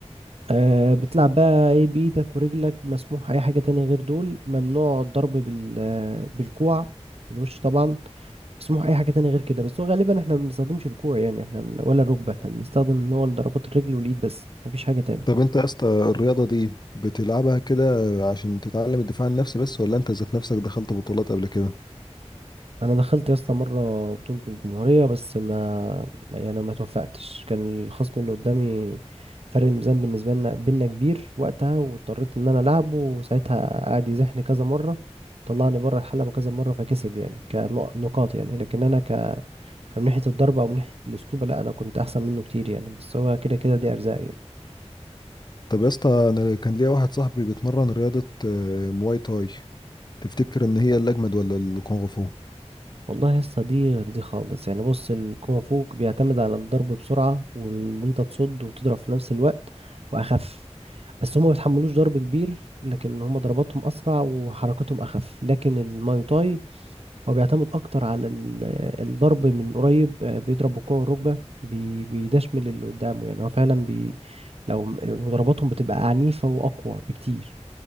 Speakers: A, on the right (about 60°); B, on the left (about 40°).
A: آه بتلعب بقى ايه بإيدك ورجلك مسموح أي حاجة تانية غير دول ممنوع الضرب بال آه، بالكوع في الوش طبعا مسموح أي حاجة تانية غير كده بس هو غالبا احنا ما بنستخدمش الكوع يعني احنا بن- ولا الركبة احنا بنستخدم ان هو ضربات الرجل والإيد بس مفيش حاجة تانية
B: طب انت يا اسطى الرياضة دي بتلعبها كده عشان تتعلم الدفاع عن النفس بس ولا انت ذات نفسك دخلت بطولات قبل كده
A: انا دخلت يا اسطى مره بطوله الجمهوريه بس ما ما- يعني ما توفقتش كان الخصم اللي قدامي فرق الميزان بالنسبه لنا بينا كبير وقتها واضطريت ان انا العبه وساعتها قعد يزحني كذا مره طلعني بره الحلبه كذا مره فكسب يعني كنقاط يعني لكن انا ك كان من ناحيه الضربه او من ناحيه الاسلوب لا انا كنت احسن منه كتير يعني بس هو كده كده دي ارزاق يعني
B: طب يا اسطى انا كان ليا واحد صاحبي بيتمرن رياضة آه، مواي تاي تفتكر ان هي الاجمد ولا الكونغ فو
A: والله يا اسطى دي غير دي خالص يعني بص الكونغ فو بيعتمد على الضرب بسرعة وان انت تصد وتضرب في نفس الوقت واخف بس هما ما بيتحملوش ضرب كبير لكن هما ضرباتهم اسرع وحركتهم اخف لكن الماي تاي هو بيعتمد اكتر على ال- الضرب من قريب آه، بيضرب بالكوع والركبة بي- بيدشمل اللي قدامه يعني هو فعلا بي لو ضرباتهم بتبقى عنيفة واقوى بكتير